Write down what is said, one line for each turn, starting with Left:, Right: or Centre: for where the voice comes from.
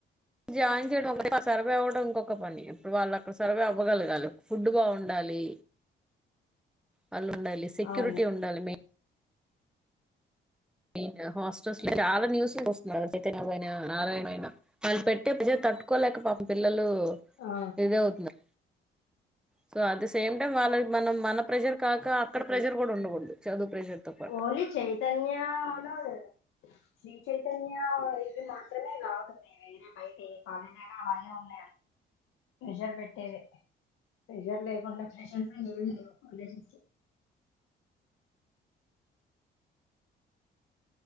Centre: జాయిన్ చేయడం ఒకటే కాదు సర్వయ్ అవ్వడం. ఒక్క పని ఇప్పుడు వాళ్ళు అక్కడ సర్వయ్ అవ్వగలగాలి, ఫుడ్ బాగుండాలి. వాళ్ళు ఉండాలి. సెక్యూరిటీ
Left: అవును
Centre: ఉండాలి మెయిన్ మెయిన్ హాస్టల్స్ చాలా న్యూస్లు వస్తున్నాయి. చైతన్యకు పోయిన, నారాయణ పోయిన వాళ్ళు పెట్టె విజేత తట్టుకోలేక పాపం పిల్లలు
Left: ఆ
Centre: తో బిజీ అవుతున్నారు so at the same time వాళ్ళు మనం మన ప్రెజర్ కాక అక్కడ ప్రెషర్ కూడా ఉండకూడదు చదువు ప్రెషర్ తో పాటు
Left: ఓలీ చైతన్యనద్ లేదా శ్రీ చైతన్య ఇవి మాత్రమే లాదు ఉన్నాయి వేరే బయట ఎ కాలేజ్ అయినా అలాగే ఉన్నా
Centre: అ
Left: ప్రెజర్ పెట్టేవె ప్రెజర్ లేకుండా ప్రెషర్స్ ఏమి లేవు కాలజెస్